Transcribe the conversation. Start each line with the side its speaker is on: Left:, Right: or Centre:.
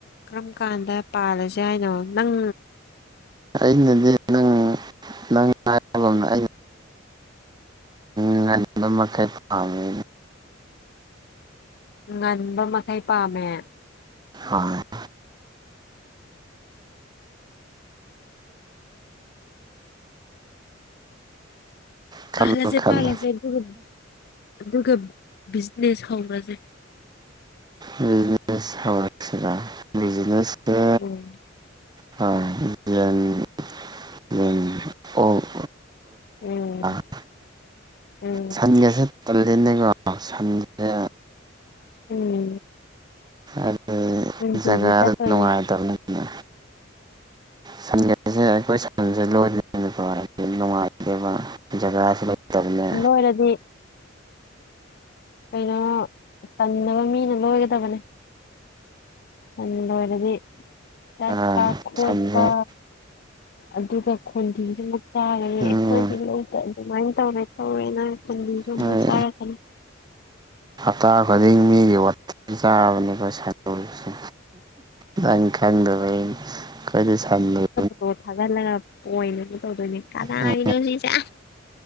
Left: ꯀꯔꯝ ꯀꯥꯟꯗ ꯄꯥꯜꯂꯁꯦ ꯍꯥꯏꯅꯣ ꯅꯪ
Right: ꯑꯩꯅꯗꯤ ꯅꯪ ꯅꯪ ꯍꯥꯏꯕꯒꯨꯝꯅ ꯉꯟꯕꯥ ꯃꯈꯩ ꯄꯥꯝꯃꯤ
Left: ꯉꯟꯕ ꯃꯈꯩ ꯄꯥꯝꯃꯦ
Right: ꯍꯣꯏ ꯈꯜꯂꯣ
Left: ꯄꯥꯂꯁꯦ
Right: ꯈꯜꯂꯣ
Left: ꯄꯥꯂꯁꯦ ꯑꯗꯨꯒ ꯑꯗꯨꯒ ꯕꯤꯖꯤꯅꯦꯁ ꯍꯧꯔꯥꯁꯩ
Right: ꯕꯤꯖꯤꯅꯦꯁ ꯍꯧꯔꯁꯤꯔꯥ ꯕꯤꯖꯤꯅꯦꯁ ꯁꯦ
Left: ꯎꯝ
Right: ꯍꯣꯏ <unintelligible> ꯌꯦꯟ ꯑꯣꯛ
Left: ꯎꯝ
Right: <unintelligible>
Left: ꯎꯝ
Right: ꯁꯟꯒꯁꯦ ꯇꯂꯅꯦꯀꯣ ꯁꯟꯁꯦ
Left: ꯎꯝ
Right: ꯑꯗꯨ
Left: ꯅꯨꯡꯇꯤꯒꯤ
Right: ꯖꯒꯥꯗꯨ
Left: ꯆꯠꯇꯣꯏꯅꯦ
Right: ꯅꯨꯡꯉꯥꯏꯇꯕꯅꯤ ꯁꯟꯒꯁꯦ ꯑꯩꯈꯣꯏ ꯁꯟꯁꯦ ꯂꯣꯏꯗ ꯅꯨꯡꯉꯥꯏ <unintelligible> ꯑꯗꯩꯩ ꯑꯃꯥ ꯖꯒꯥꯁꯨ ꯂꯩꯇꯝꯅꯦ
Left: ꯁꯣꯏꯔꯗꯤ ꯀꯩꯅꯣ ꯇꯟꯗꯕ ꯃꯤꯅ ꯂꯣꯏꯒꯗꯕꯅꯦ ꯁꯟ ꯂꯣꯏꯔꯗꯤ ꯆꯠꯄ
Right: ꯑꯥ
Left: ꯈꯣꯠꯄ
Right: ꯁꯟꯁꯦ
Left: ꯑꯗꯨꯒ ꯈꯨꯟꯗꯤꯁꯨꯃꯨꯛ ꯆꯥꯔꯅꯤ
Right: ꯎꯝ
Left: ꯑꯩꯈꯣꯏꯒꯤ ꯂꯧꯗ ꯑꯗꯨꯃꯥꯏꯅ ꯇꯧꯔꯦ ꯇꯧꯔꯦꯅ ꯈꯨꯟꯗꯤꯁꯨ ꯑꯃꯨꯛ
Right: ꯍꯣꯏ
Left: ꯆꯥꯔꯛꯀꯅꯤ
Right: ꯍꯞꯇꯥ ꯈꯨꯗꯤꯡ ꯃꯤꯒꯤ ꯋꯥꯊꯤ ꯆꯥꯕꯅꯦꯕ ꯁꯟꯖꫭꯏꯁꯦ ꯅꯪꯅ ꯈꯪꯗꯕꯒꯤꯅꯦ ꯑꯩꯈꫭꯏꯗꯤ ꯁꯥꯟ ꯂꫭꯏ
Left: ꯄꯣ ꯊꯥꯒꯠꯂꯒ ꯄꫭꯏꯟꯗꯅꯦ ꯇꯧꯗꯣꯏꯅꯦ ꯀꯅꯥꯒꯤꯅꯣꯁꯤꯁꯦ
Right: ꯎꯝ